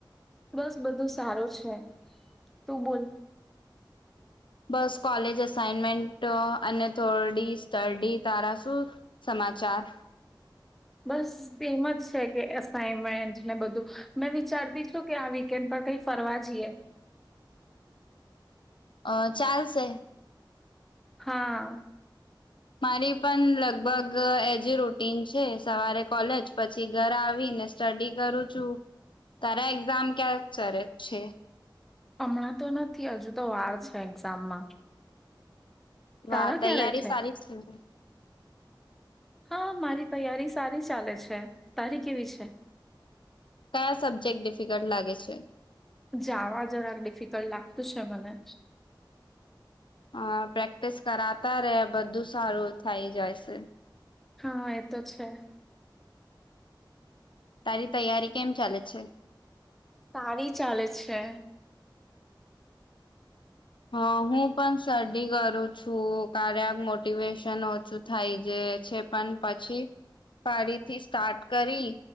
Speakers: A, in the centre; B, on the left.
A: બસ બધું સારું છે તું બોલ
B: બસ કોલેજ અઇનમેન્ટ તો અને થોડી સ્્ટડી તારા શું સમાચાર
A: બસ એમ જ છે કે અસાઈનમેન્ટ ને બધું મેં વિચારતી છું કે આ વીકેન્ડ પર કઈ ફરવા જઈએ
B: અ ચાલસ હ
A: હા
B: મારી પણ લગ લગભગ એજ રૂટીન છે સવારે કોલેજ પછી ઘર આવીને સ્ટડી કરું છું તારા એક્ઝામ ક્યાં સર છે
A: હમણાં તો નથી હજુ તો વાર છે એક્ઝામમાં
B: વાહ
A: તારા
B: તૈયારી
A: ક્યારે છે
B: સારી જ
A: હા મારી તૈયારી સારી ચાલે છે તારી કેવી છે.
B: કયા સબ્જેક્ટ ડિફિકલ્ટ લાગે છે.
A: જાવા જરાક ડિફિકલ્ટ લાગ તો શે મને
B: હ પ્રેક્ટિસ કરાતા રે બધું સારું થઇ જાય છે.
A: હા એતો છે. <inaudible>
B: તારી તૈયારી કેમ ચાલે છે.
A: સારી ચાલે છે.
B: હા હું પણ સ્ટડી કરું છું. ખરાબ મોટિવેશન ઓછું થાય જે છે પણ પછી ફરીથી સ્ટાર્ટ કરી